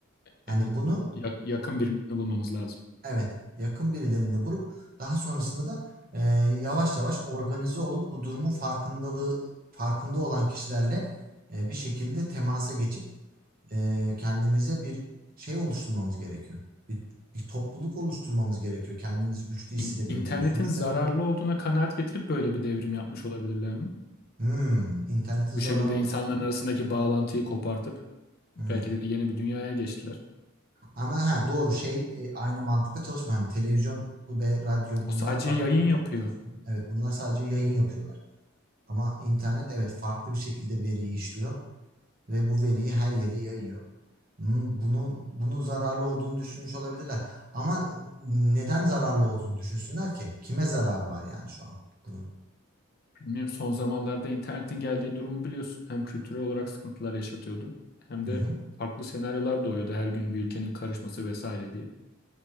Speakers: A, on the right; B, on the left.
A: hani
B: Evet,
A: bunu
B: ya- yakın birini bulmamız lazım.
A: evet yakın birilerinde bulup daha sonrasında da e, yavaş yavaş organize olup bu durumun farkındalığı farkında olan kişilerle e, bir şekilde temasa geçip e, kendimize bir şey oluşturmamız gerekiyor. Bir, bir topluluk oluşturmamız gerekiyor. Kendimizi güçlü hissedebileceğimiz.
B: İn- İnternetin
A: Sonuçta
B: zararlı olduğuna kanaat getirip böyle bir devrim yapmış olabilirler mi?
A: Hmm, internetin
B: Bu
A: zararlı
B: şekilde insanların
A: ol-
B: arasındaki bağlantıyı kopartıp
A: Hmm.
B: belki de yeni bir dünyaya geçtiler.
A: Ama ha doğru şey e, aynı mantıkla çalışmıyor. Hani televizyon ve radyo
B: O
A: bunlar
B: sadece
A: radyo.
B: yayın yapıyor.
A: Evet bunlar sadece yayın yapıyorlar. Ama internet evet farklı bir şekilde veriyi işliyor ve bu veriyi her yere yayıyor. Hmm, bunu bunun zararlı olduğunu düşünmüş olabilirler. Ama neden zararlı olduğunu düşünsünler ki? Kime zararı var yani şu an bunun?
B: Bilmiyorum son zamanlarda internetin geldiği durumu biliyorsun. Hem kültürel olarak sıkıntılar yaşatıyordu hem de
A: Hı hı.
B: farklı senaryolar doğuyordu her gün bir ülkenin karışması vesaire diye.